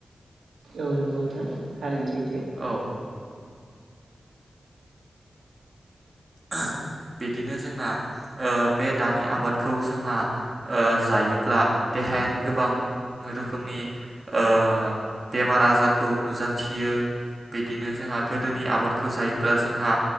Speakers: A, on the right; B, on the right.
A: औ नंगौ नोंथां थारैनो सैथो।
B: औ आ बिदिनो जोंना ओ बे दानि आबादखौ ओ जोंहा जायोब्ला देहायारि गोबां रोखोमनि ओ बेमार आजारखौ नुजाथियो बिदिनो जोंहा गोदोनि आबादखौ जायोब्ला जोंहा